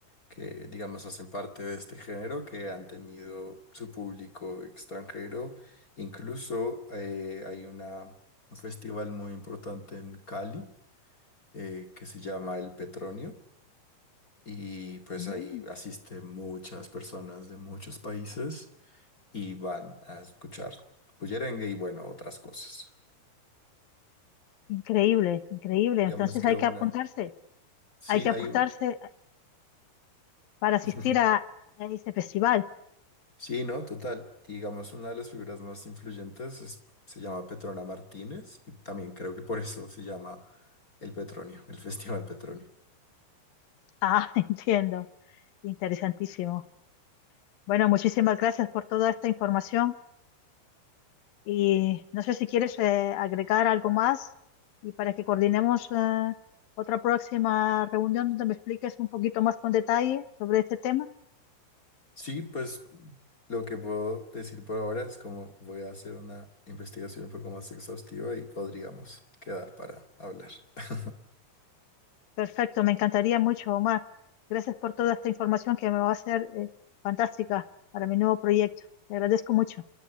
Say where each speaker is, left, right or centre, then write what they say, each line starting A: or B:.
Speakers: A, on the left; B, on the left.
A: que, digamos, hacen parte de este género, que han tenido su público extranjero. Incluso eh, hay una, un festival muy importante en Cali eh, que se llama El Petronio. Y pues
B: Mm,
A: ahí asisten muchas personas de muchos países y van a escuchar bullerengue y bueno, otras cosas.
B: Increíble, increíble.
A: Digamos
B: Entonces
A: que
B: hay
A: una...
B: que apuntarse,
A: Sí,
B: hay que
A: hay
B: apostarse
A: un...
B: para asistir
A: Ujú.
B: a, a ese festival.
A: Sí, no, total. Digamos, una de las figuras más influyentes es- se llama Petrona Martínez y también creo que por eso se llama el Petronio, el <laughs> Festival Petronio.
B: Ah, <laughs> entiendo. Interesantísimo. Bueno, muchísimas gracias por toda esta información. Y no sé si quieres eh, agregar algo más y para que coordinemos eh, otra próxima reunión donde me expliques un poquito más con detalle sobre este tema.
A: Sí, pues lo que puedo decir por ahora es como voy a hacer una investigación un poco más exhaustiva y podríamos quedar para hablar. <laughs>
B: Perfecto, me encantaría mucho, Omar. Gracias por toda esta información que me va a ser eh, fantástica para mi nuevo proyecto. Te agradezco mucho.